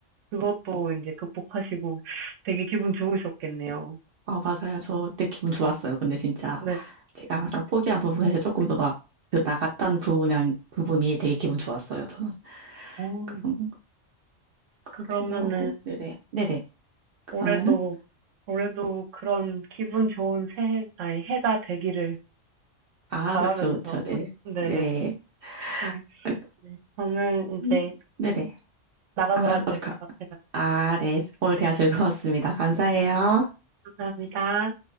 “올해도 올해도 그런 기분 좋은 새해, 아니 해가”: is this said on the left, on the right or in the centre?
Right